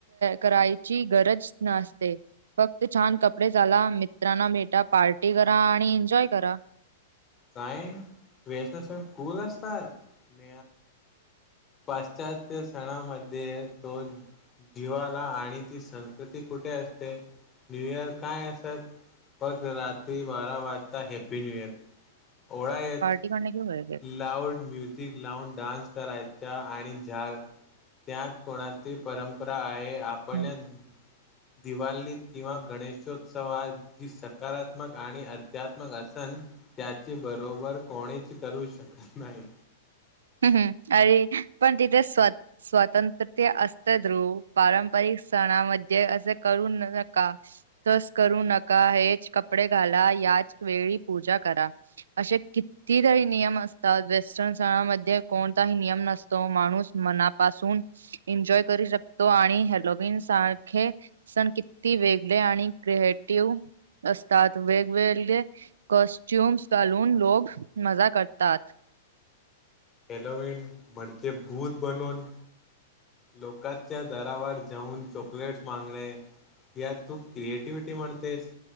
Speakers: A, on the right; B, on the left.
A: करायची गरज नसते फक्त छान कपडे ला मित्रांना भेटा पार्टी करा आणि एन्जॉय करा
B: काय वेसनास कुल असतात न पाश्चात्य सणामध्ये तो जीवाला आणि ती संस्कृती कुठे असते न्यू इयर काय असत फक् रात्री बारा वाजता हॅप्पी न्यू इयर ओळा यच
A: क क् होर
B: लाऊड म्युझिक लाउड डान्स करायचा आणि झा त्यात कोणाची परंपरा आहे आपल्या
A: है?
B: दिवालीत किंवा गणेशोत्सव आज जी सकारात्मक आणि अध्यात्मक असन त्याचे बरोबर कोणीच करू शकत नाही
A: ह् अरे पण तिथे स्वत स्वतंत्रते असत ध्रुव पारंपरिक सणामध्ये असं करू नका तस करू नका हेच कपडे घाला याच वेळी पूजा करा असे किती तरी नियम असतात वेस्टर्न सणामध्ये कोणताही नियम नसतो माणूस मनापासून एन्जॉय करू शकतो आणि हेलोबीन सारखे सण किती वेगळे आणि क्रिएटिव्ह असतात वेगवेगळे कॉस्ट्युम्स घालून लोग मजा करतात
B: एलवेंट म्हणज भूत बनवून लोकांच्या दरावर जाऊन चॉकलेट्स मागणे यात तू क्रिएटिव्हटी म्हणतेस